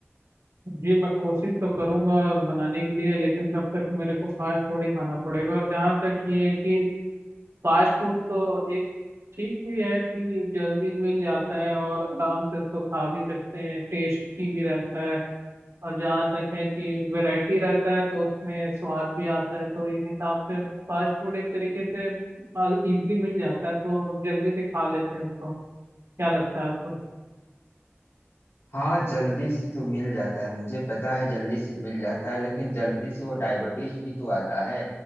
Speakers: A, on the right; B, on the left.
A: जी मैं कोशिश तो करूंगा बनाने के लिए लेकिन तब तक मेरे को फास्ट फूड ही खाना पड़ेगा और जहाँ तक ये है कि फास्ट फूड तो एक ठीक भी है कि जल्दी मिल जाता है और आराम से उसको खा भी सकते हैं टेस्टी भी रहता है और जहाँ तक है कि वैरायटी रहता है तो उसमें स्वाद भी आता है तो इस हिसाब से फास्ट फूड एक तरीके से इजीली मिल जाता है तो जल्दी से खा लेते हैं उसको क्या लगता है आपको
B: हाँ जल्दी से तो मिल जाता है मुझे पता है जल्दी से मिल जाता है लेकिन जल्दी से वो डायबिटीज भी तो आता है